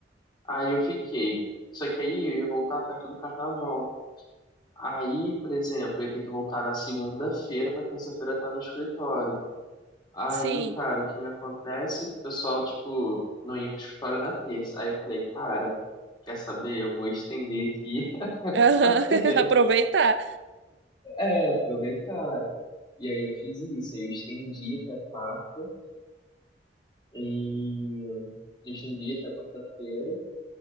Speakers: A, on the left; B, on the right.
A: Aí eu fiquei. Só que aí eu ia voltar perto do carnaval. Aí, por exemplo, eu ia ter que voltar na segunda-feira pra terça-feira estar no escritório. Aí,
B: Sim.
A: cara, o que me acontece? O pessoal, tipo, não ia pro escritório na terça. Aí eu falei, cara, quer saber? Eu vou estender aqui <laughs>
B: Aham.
A: terça-feira.
B: <laughs> Aproveitar.
A: É, aproveitar. E aí eu fiz isso, aí eu estendi até quarta, e eu estendi até quarta-feira.